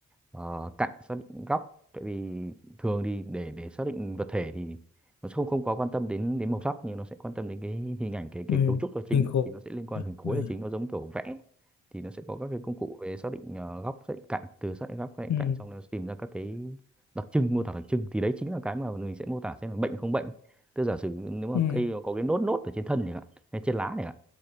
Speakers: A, in the centre; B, on the left.
A: ờ, cạnh xác định góc tại vì thường thì để để xác định vật thể thì nó sẽ không không quá quan tâm đến đến màu sắc nhưng nó sẽ quan tâm đến cái hình ảnh cái cái
B: ừ,
A: cấu trúc là
B: hình
A: chính
B: khối
A: thì nó sẽ liên quan hình khối
B: ừ,
A: là chính nó giống kiểu vẽ thì nó sẽ có các cái công cụ về xác định ờ, góc xác định cạnh từ xác định góc xác định
B: ừ,
A: cạnh xong nó tìm ra các cái đặc trưng mô tả đặc trưng thì đấy chính là cái mà mình sẽ mô tả xem là bệnh không bệnh tức giả sử nếu mà
B: ừ.
A: cây nó có cái nốt nốt ở trên thân thì hạn hay trên lá này